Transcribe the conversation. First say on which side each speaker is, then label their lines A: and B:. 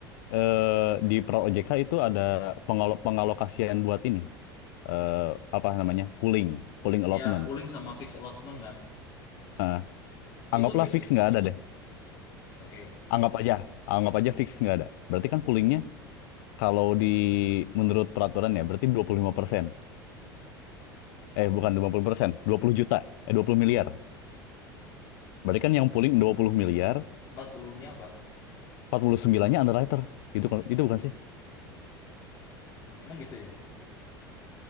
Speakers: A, on the left (about 55°); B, on the left (about 40°).
A: eh, di Pro OJK itu ada pengalo- pengalokasian buat ini. eh, apa namanya? Pooling, pooling allotment.
B: ya pooling sama fixed allotment kan
A: Heeh.
B: itu
A: anggaplah
B: fix
A: fix nggak ada deh.
B: oke Okay.
A: Anggap aja, anggap aja fix nggak ada. Berarti kan poolingnya kalau di menurut peraturan ya berarti 25%. Eh bukan dua puluh persen, 20 juta. Eh 20 miliar. Berarti kan yang pooling 20 miliar,
B: empat puluh nya apa
A: 49-nya underwriter. Itu itu bukan sih?
B: emang gitu ya